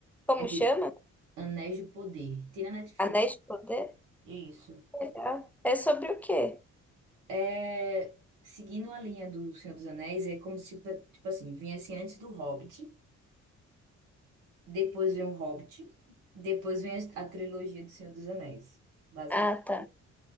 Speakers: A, in the centre; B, on the right.
A: Como
B: É
A: chama?
B: Anéis de Poder, tem na Netflix.
A: Anéis de Poder?
B: Isso.
A: Legal. É sobre o quê?
B: É, seguindo a linha do Senhor dos Anéis, é como se, tipo assim, viesse antes do Hobbit, depois vem o Hobbit, depois vem a a trilogia do Senhor dos Anéis. basicamente.
A: Ah, tá.